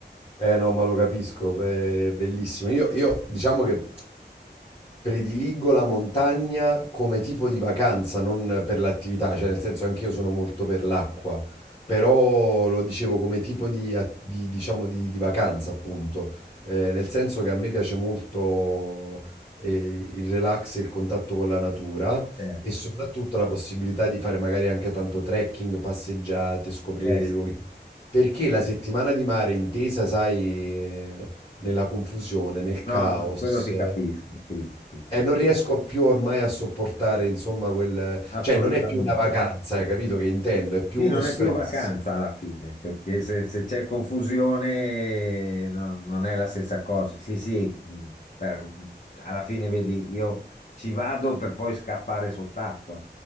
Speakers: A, on the left (about 25°); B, on the left (about 45°).
A: Eh no, ma lo capisco, beh, è bellissimo. Io, io diciamo che prediligo la montagna come tipo di vacanza, non per l'attività, cioè nel senso anch'io sono molto per l'acqua, però lo dicevo come tipo di, a- di- diciamo, di- di vacanza, appunto, Eh, nel senso che a me piace molto eh, il relax e il contatto con la natura
B: Certo.
A: e soprattutto la possibilità di fare magari anche tanto trekking, passeggiate, scoprire
B: Eh,
A: dei
B: sì.
A: luoghi. Perché la settimana di mare intesa, sai, eh, nella confusione, nel caos,
B: No, no, quello ti
A: eh,
B: capisco, sì, sì, sì,
A: e non riesco più ormai a sopportare, insomma, quel...
B: assolutamente.
A: Cioè, non è più una vacanza, capito che intendo? È più
B: Sì,
A: uno
B: non
A: stress.
B: è più vacanza
A: <laughs>
B: alla fine, perché se, se c'è confusione no- non è la stessa cosa. Sì, sì, mh, per- alla fine vedi, io ci vado per poi scappare sott'acqua.